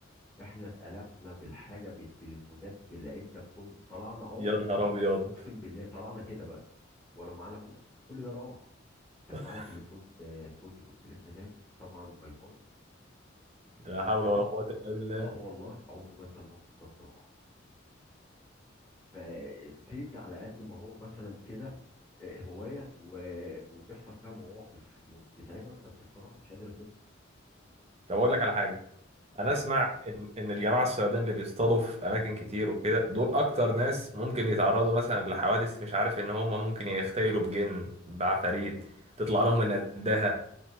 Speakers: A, in the centre; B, on the right.
A: احنا اتقلبنا بالحاجه بالتليفونات بالعده بكله طلعنا عوم
B: يا نهار ابيض
A: اقسم بالله طلعنا كده بقى ولا معانا بوس كل ده راح كان
B: <laughs>
A: معايا تليفون آه، سوني كنت لسه جايبه طبعا باي باي
B: لا
A: واخد
B: حول
A: بالك
B: ولا قوه الا
A: <laughs>
B: بالله
A: اه والله عمري ما انسى الموقف ده بصراحه فالصيد على قد ما هو مثلا كده آه، هواية و... وبيحصل فيها مواقف م- تتعبك بس بصراحة مش قادر اسيبها
B: طب اقول لك على حاجه انا
A: تمام
B: اسمع ان إن الجماعه الصيادين اللي بيصطادوا في اماكن كتير وكده دول اكتر ناس ممكن يتعرضوا مثلا لحوادث مش عارف ان هم ممكن يختيلوا بجن بعفاريت تطلع لهم النداهه